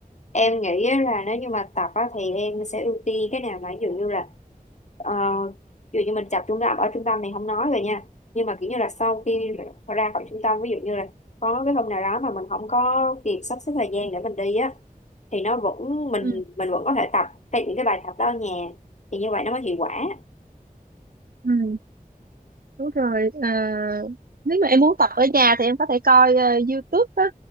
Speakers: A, on the left (about 50°); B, on the right (about 75°).
A: em nghĩ á là nếu như mà tập á, thì em sẽ ưu tiên cái nào mà ví dụ như là ờ, ví dụ như mình tập trung tập ở trung tâm thì không nói rồi nha nhưng mà kiểu như là sau khi ra khỏi trung tâm ví dụ như là có cái hôm nào đó mà mình không có kịp sắp xếp thời gian để mình đi á thì nó vẫn mình
B: Ừ.
A: mình vẫn có thể tập cái những cái bài tập đó ở nhà thì như vậy nó mới hiệu quả
B: Ừ. Đúng rồi. À, nếu mà em muốn tập ở nhà thì em có thể coi ờ, YouTube á.